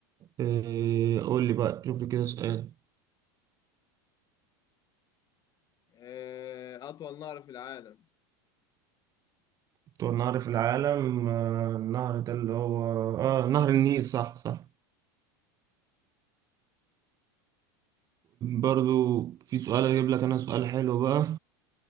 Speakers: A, on the right; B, on the left.
A: آه، قول لي بقى شوف لي كده سؤال
B: آه أطول نهر في العالم
A: أطول نهر في العالم آه، النهر ده اللي هو آه نهر النيل صح صح برضو في سؤال أجيب لك أنا سؤال حلو بقى